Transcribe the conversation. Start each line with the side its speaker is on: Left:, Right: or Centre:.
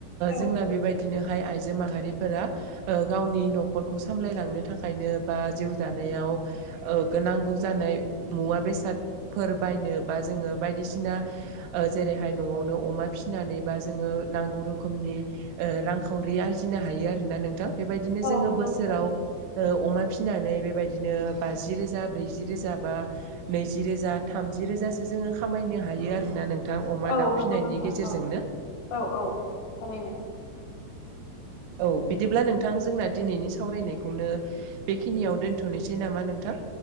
Left: औ
Right: जोंना बेबायदिनो ओमफाहाय आइजो माहारिफोरा गावनि न'खरखौ सामलायलांनो थाखायनो बा जिउ जानायाव औ नांगौ जानाय मुवा बेसादफोर बायनो बा जोङो बायदिसिना जेरैहाय न'आवनो अमा फिसिनानै बा जोङो नांगौ रोखोमनि रांखावरि आरजि होनो नोंथां बेबायदिनो
Left: औ
Right: जों
Left: नंगौ
Right: बोसोराव
Left: थारैनो
Right: फिनानै बेबायदिनो बाजि रोजा ब्रैजि रोजा बा नैजि रोजा थामज रोजा जोङो खामायनो हायो आरोना नों नोंथां अमा
Left: औ
Right: दाउ फिनायनि
Left: नंगौ नोंथां
Right: गेजेरजोंनो
Left: औ औ औ थारैनो
Right: औ <inaudible> औ बिदिब्ला नोंथां जोंना दिनैनि सावरायनायखौनो बेखिनियाव दोनथ'नोसै नामा नोंथां